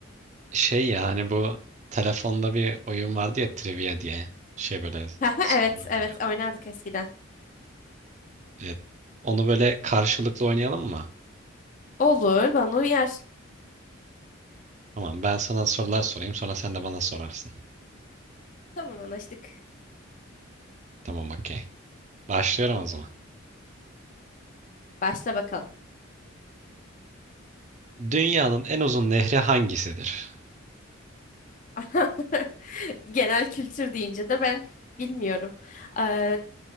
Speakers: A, on the right; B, on the left.
A: Şey yani bu telefonda bir oyun vardı ya trivia diye. Şey böyle
B: <laughs>
A: soru
B: Evet, evet,
A: biliyorum.
B: oynardık eskiden.
A: Evet. Onu böyle karşılıklı oynayalım mı?
B: Olur, bana uyar.
A: Tamam, ben sana sorular sorayım, sonra sen de bana sorarsın.
B: Tamam, anlaştık.
A: Tamam, okey. Başlıyorum o zaman.
B: Başla bakalım.
A: Dünyanın en uzun nehri hangisidir?
B: <laughs> Genel kültür deyince de ben bilmiyorum. Ee,